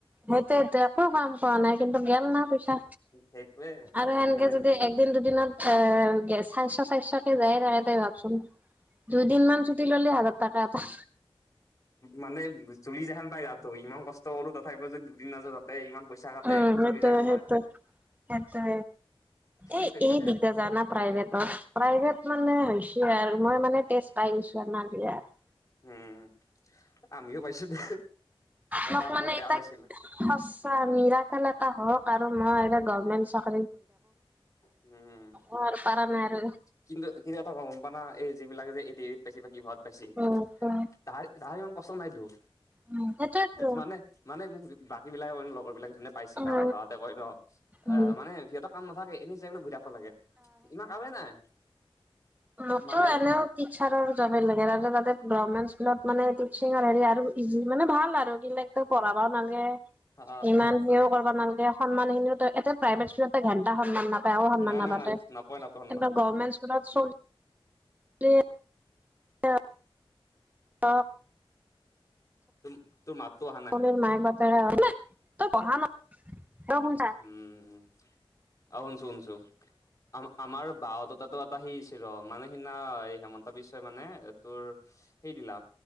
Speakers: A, on the right (about 15°); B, on the left (about 35°).
A: সেইটো টো একো কাম পোৱা নাই। কিন্তু গেল না পইছা
B: সেইটোয়ে কথাটো
A: আৰু সেনেকে
B: সেনেহেন
A: যদি একদিন দুদিনত এ গ <inaudible> চাৰশ চাৰিশ কে যায় থাকে তাই ভাবচোন দুইদিন মমান ছুটি ললেি হাজাৰ টকা এটা
B: মানে চুলি যেহন পায় তাতো ইমান কষ্ট কৰো তথাপিও যদি দুদিন নাযাওঁ তাতে ইমান পইচা কাটে
A: উম সেইটো
B: জ্বলি যেহেন
A: সেইটো,
B: পাই
A: সেইটো।
B: পাই
A: এ,
B: থৈছো
A: এই
B: দে
A: দিগ্দাৰ যায় না প্ৰাইভেটত প্ৰাইভেট মানে <inaudible> আৰু মই মানে তেজ পাই গৈছো আমাৰ বিয়াত।
B: উম, আমিও পাইছো দে এটা
A: মোক
B: সময়ত
A: মানে
B: বেয়া
A: এটাক
B: পাইছিলো।
A: সঁচা মিৰা খেল এটা হওক আৰু মই এ, <unintelligible>
B: উম,
A: অ আৰু পাৰা নাই আৰু
B: কিন্তু কিন্তু এটা <unintelligible> এই যিবিলাক যে এি এৰিত পাইছে বা কি ঘৰত পাইছে
A: উম উম
B: তাহাৰ তাহাৰ ইমান কষ্ট নাইতো।
A: উম সেইটোৱেতো
B: মানে মানে মোক বাকী বিলাকে মান লগৰ বিলাকে যোনে পাইছে
A: উম
B: বা আমাৰ বাতে কয় ন
A: উম
B: অ মানে সিহঁতে কাম নাথাকে এনেই জাই পেলাই বহি থাক ব লাগে। ইমান কামেই নাই।
A: মোকো
B: মানে
A: এনেও টিচাৰৰ যাবে লাগে <unintelligible> <unintelligible> গভমেন্ট স্কুলত মানে টিচিংৰ হেৰি আৰু ইজি মানে ভাল আৰু কিলে ত পঢ়াব নালাগে
B: হা
A: ইমান সেয়ও কৰিব নালাগে সন্মান খিনিও এতে প্ৰাইভেট স্কুল ঘেণ্টা সন্মান না <unintelligible> সন্মান
B: নাই
A: নাপাতেনেকা
B: নাই নাই নাপায় নাপায় সন্মান
A: গভমেন্ট স্কুলত <unintelligible>
B: তম তোৰ মাতো অহা
A: চলিৰ
B: নাই।
A: <unintelligible> তই পঢ়া ন। তই শুনছা
B: উম উম। অহ শুনছো শুনছো। আম আমাৰ বাহ হততাতটো এটা সেইছিল ৰ মানে সিদিনা হেমন্ত বিশ্বই মানে তোৰ সেই দিলাক